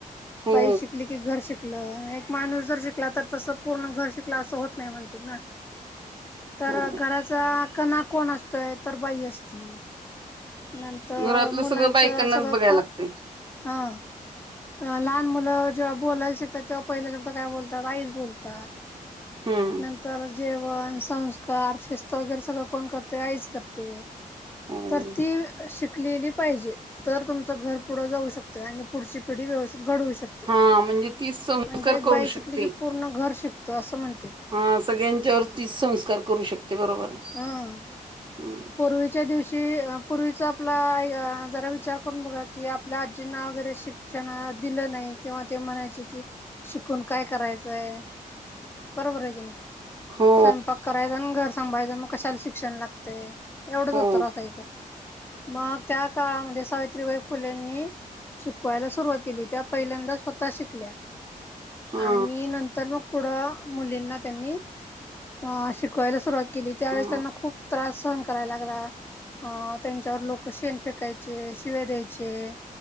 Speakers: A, on the right; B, on the left.
A: हो
B: बाई शिकली की घर शिक. शिकलं एक माणूस जर शिकला तर तस पूर्ण घर शिकला असं होत नाही म्हणत ना. तर
A: हो
B: घराचा कणा कोण असतोय तर बाई असती. नंतर
A: घरातलं
B: मुलांचं
A: सगळं बायकांनाच
B: सगळं
A: बघायला
B: क
A: लागतय
B: हा. अ लहान मुलं जेव्हा बोलायला शिकतात तेव्हा पहिले शब्द काय बोलतात आईच बोलतात.
A: हम्म
B: नंतर जेवण संस्कार शिस्त वगैरे सगळं कोण करते आईज करते
A: हो
B: तर ती श ली पाहिजे तर तुमचं घर पुढे जाऊ शकतय आणि पुढची पिढी व्यवस्थ घडवू शकते
A: हा म्हणजे तीच संस्कार
B: म्हणजे एक
A: करू
B: बाई शिकली
A: शकते
B: की पूर्ण घर शिकत असं म्हणते.
A: हा सगळ्यांच्यावरतीीच संस्कार करू शकते बरोबर आहे.
B: हा.
A: हम्म.
B: पूर्वीच्या दिवशी पूर्वीच आपला जरा विचार करून बघा की आपल्या आजींना वगैरे शिक्षण दिलं नाही किंवा ते म्हणायचे कि शिकून काय करायचंय बरोबर आहे की नाही
A: हो
B: स्वयंपाक करायचा आणि घर सांभायचं मग कशाला शिक्षण लागतय एवढंच
A: हो
B: उत्तर असायचं मग त्या काळामध्ये सावित्रीबाई फुलेंनी शिकवायला सुरुवात केली त्या पहिल्यांदा स्वतः शिकल्या
A: हा
B: आणि नंतर मग पुढं मुलींना त्यांनी अ शिक क्हायला सुरुवात केली त्यावेळेस
A: हा
B: त्यांना खूप त्रास सहन करायला लागला अ त्यांच्यावर लोक शेण फेकायचे शिवे द्यायचे